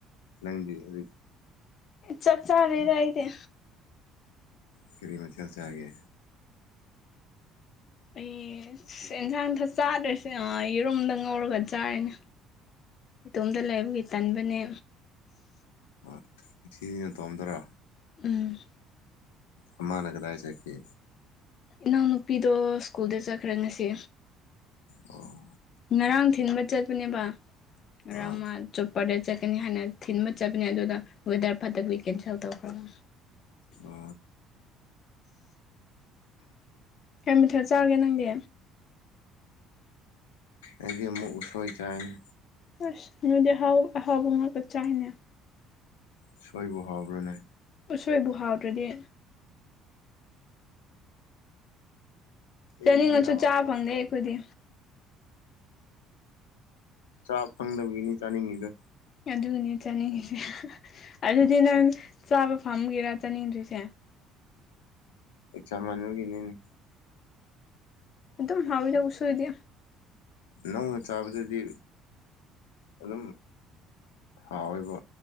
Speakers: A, on the left; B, on the left.
A: ꯅꯪꯗꯤ ꯑꯗꯨ
B: ꯆꯥꯛ ꯆꯥꯔꯦꯗ ꯑꯩꯗꯤ
A: ꯀꯔꯤ ꯃꯊꯦꯜ ꯆꯥꯒꯦ
B: ꯑꯩ ꯑꯦꯟꯁꯥꯡꯊ ꯆꯥꯗ꯭ꯔꯦꯁꯦ ꯌꯦꯔꯨꯝꯗ ꯉꯧꯔꯒ ꯆꯥꯔꯤꯅꯦ ꯏꯇꯣꯝꯇ ꯂꯩꯕꯒꯤ ꯇꯟꯕꯅꯦ
A: ꯑ ꯁꯤꯅ ꯇꯣꯝꯗꯣꯏꯔꯥ
B: ꯎꯝ
A: ꯃꯃꯥꯅ ꯀꯗꯥꯏ ꯆꯠꯈꯤ
B: ꯏꯅꯥꯎꯅꯨꯄꯤꯗꯣ ꯁ꯭ꯀꯨꯜꯗ ꯆꯠꯈ꯭ꯔꯦ ꯉꯁꯤ
A: ꯑꯣ
B: ꯉꯔꯥꯡ ꯊꯤꯟꯕ ꯆꯠꯄꯅꯦꯕ ꯉꯔꯥꯡ
A: ꯑꯥ
B: ꯃꯥ ꯆꯧ ꯄꯗꯔ ꯆꯠꯀꯅꯤ ꯍꯥꯏꯅ ꯊꯤꯟꯕ ꯆꯠꯄꯅꯤ ꯑꯗꯨꯅ ꯋꯦꯗꯔ ꯐꯠꯇ ꯀꯦꯟꯁꯦꯜ ꯇꯧꯈ꯭ꯔꯕ
A: ꯑꯣ
B: ꯀꯩ ꯃꯊꯦꯜ ꯆꯥꯔꯒꯦ ꯅꯪꯗꯤ
A: ꯑꯩꯗꯤ ꯑꯃꯨꯛ ꯎꯁꯣꯏ ꯆꯥꯏꯅꯤ
B: ꯑꯁ ꯑꯗꯨꯗꯤ ꯑꯍꯥꯎ ꯑꯍꯥꯎꯕ ꯉꯥꯛꯇ ꯆꯥꯏꯅꯦ
A: ꯎꯁꯣꯏꯕꯣ ꯍꯥꯕ꯭ꯔꯣꯅꯦ
B: ꯑꯁꯣꯏꯕꯨ ꯍꯥꯎꯗ꯭ꯔꯗꯤ
A: ꯑꯩꯒꯤꯗꯤ
B: ꯆꯥꯅꯤꯡꯉꯁꯨ
A: ꯍꯥꯎꯇꯦꯗ
B: ꯆꯥꯕ ꯐꯪꯗꯦ ꯑꯩꯈꯣꯏꯗꯤ
A: ꯆꯥꯕ ꯐꯪꯗꯕꯒꯤꯅꯤ ꯆꯥꯅꯤꯡꯉꯤꯗꯣ
B: ꯑꯗꯨꯅꯦ ꯆꯥꯅꯤꯡꯉꯁꯦ ꯑꯗꯨꯗꯤ ꯅꯪ ꯆꯥꯕ ꯐꯝꯒꯦꯔꯥ ꯆꯥꯅꯤꯡꯗ꯭ꯔꯤꯁꯦ
A: ꯑꯦꯛꯖꯥꯝ ꯃꯅꯨꯡꯒꯤꯅꯤꯅꯦ
B: ꯑꯦ ꯑꯗꯨꯣ ꯍꯥꯎꯕꯤꯗ ꯎꯁꯣꯏꯗꯦ
A: ꯅꯧꯅ ꯆꯥꯕꯗꯗꯤ ꯑꯗꯨꯝ ꯍꯥꯎꯋꯦꯕ